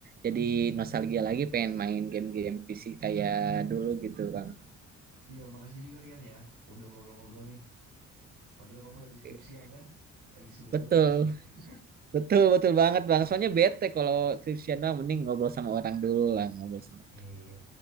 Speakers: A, on the right; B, on the right.
A: jadi nostalgia lagi pengen main game-game PC kayak dulu gitu Bang.
B: Iya, makasih juga Rian ya. Udah ngobrol-ngobrol nih. Padahal kamu
A: Oke.
B: lagi skripsian kan? Lagi sibuk
A: Betul.
B: banget pasti. <laughs>
A: Betul, betul banget Bang. Soalnya bete kalau Cristiano mending ngobrol sama orang dulu lah, ngobrol sama.
B: Iya.